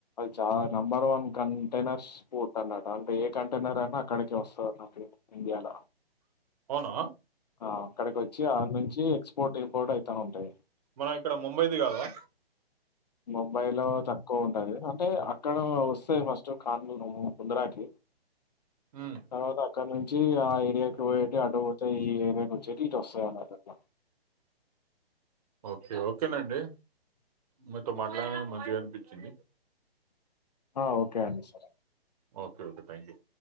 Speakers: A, on the left (about 40°); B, on the right (about 40°).
A: చాలా నెంబర్ వన్ కంటైనర్స్ ఫూట్ అన్నట అంటే ఏ కంటైనర్ అయినా అక్కడికి వస్తది నాకి ఇండియాల
B: అవునా
A: ఆ అక్కడికి వచ్చి అడి నుంచి ఎక్స్పోర్ట్ ఇంపోర్ట్ అయితా ఉంటయి
B: మనం ఇక్కడ ముంబైది గాదా
A: ముంబై లో తక్కువ ఉంటది అంటే అక్కడ వస్తయి ఫస్ట్ కాన్ ముందరాకి
B: ఉమ్,
A: తర్వాత అక్కడ నుంచి ఆ ఏరియాకి పోయేటి అటుపోతయ్ ఈ ఏరియా వచ్చేటి ఇటోసానన్నది అమ్మ
B: ఓకే ఓకేనండి మీతో మాట్లాడననికి మంచిగా అనిపించింది
A: ఆ ఓకే అండి సరే
B: ఓకే ఓకే థ్యాంక్ యూ